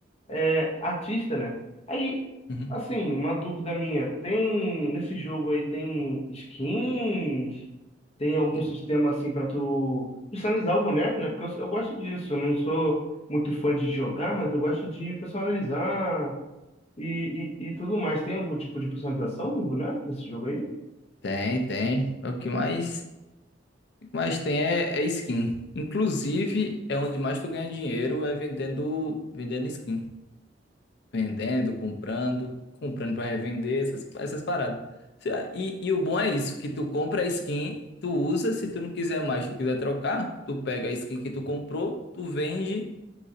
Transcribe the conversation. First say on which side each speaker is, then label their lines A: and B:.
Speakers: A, on the left (about 35°); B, on the left (about 65°).
A: é, artista, né? Aí,
B: uhum.
A: assim, uma dúvida minha, tem nesse jogo aí tem skins, tem algum
B: É.
A: sistema assim pra tu personalizar o boneco, né? Porque eu, eu gosto disso, eu não sou muito fã de jogar, mas eu gosto de personalizar e, e, e tudo mais. Tem algum tipo de personalização pro boneco nesse jogo aí?
B: Tem, tem. O que mais, o que mais tem é, é skin. Inclusive, é onde mais tu ganha dinheiro é vendendo, vendendo skin. vendendo, comprando, comprando para revender, essas, essas paradas. Se- E, e o bom é isso, que tu compra a skin, tu usa, se tu não quiser mais, tu quiser trocar, tu pega a skin que tu comprou, tu vende,